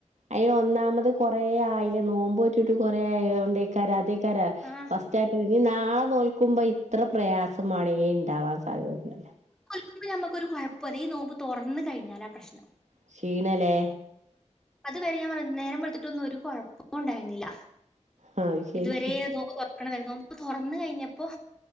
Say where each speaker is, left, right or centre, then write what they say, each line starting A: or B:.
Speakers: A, on the right; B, in the centre.
A: അയ്ന് ഒന്നാമത് കൊറേ ആയിലെ നോമ്പോറ്റിട്ട് കൊറേ ആയോണ്ടേക്കാരം അതേക്കാരം
B: ആഹ്
A: ഫസ്റ്റായിട്ട് നാളെ നോൽക്കുമ്പോ ഇത്ര പ്രയാസമാണ്ണങ്കി ഇണ്ടാവാൻ സാധ്യതല്ല
B: അപ്പ നമക്കൊരു കുഴപ്പല്ല ഈ നോമ്പ് തുറന്ന കഴിഞ്ഞലാ പ്രശ്നം
A: ക്ഷീണലേ
B: അത്വവരെ ഞാൻപറ നേരംവെളുത്തിട്ടൊന്നും ഒരു കൊഴപ്പോണ്ടായിരുന്നില്ല
A: ആഹ് അത് ശരി
B: ഇതുവരെ നോമ്പ്തുറക്കണയിരുന്നു തുറന്ന് കഴിഞ്ഞപ്പോ